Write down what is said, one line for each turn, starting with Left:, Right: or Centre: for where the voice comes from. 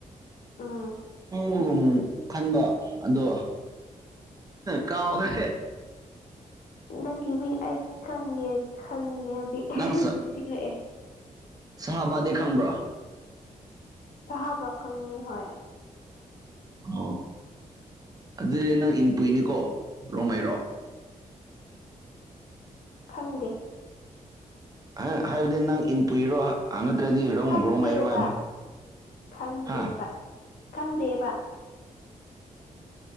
Left: ꯑꯥ
Right: ꯑꯃꯒꯨꯝ ꯈꯟꯕ ꯑꯗꯣ ꯀꯥꯎ ꯍ
Left: ꯅꯪꯒꯤꯕꯤ ꯑꯩ ꯈꯪꯉꯦ ꯈꯪꯉꯦ ꯍꯧꯖꯤꯛ
Right: ꯅꯪ
Left: ꯅꯤꯡꯁꯤꯡꯂꯛꯑꯦ
Right: ꯁꯍꯥꯕꯥꯗꯤ ꯈꯪꯕ꯭ꯔꯥ
Left: ꯁꯍꯥꯕ ꯈꯪꯅꯤ ꯍꯣꯏ
Right: ꯑꯣ ꯑꯗꯨꯗꯤ ꯅꯪ ꯏꯟꯄꯨꯏꯅꯤꯀꯣ ꯔꯣꯡꯉꯥꯏꯔꯣ
Left: ꯈꯪꯗꯦ
Right: ꯑ ꯍꯥꯏꯕꯗꯤ ꯅꯪ ꯏꯟꯄꯏꯔꯣ ꯑꯅꯠꯇ꯭ꯔꯗꯤ ꯔꯧ
Left: ꯈꯪꯗꯦꯕ
Right: ꯔꯣꯃꯔꯣ ꯍꯥꯏ
Left: ꯈꯪꯗꯦꯕ
Right: ꯍꯥ
Left: ꯈꯪꯗꯦꯕ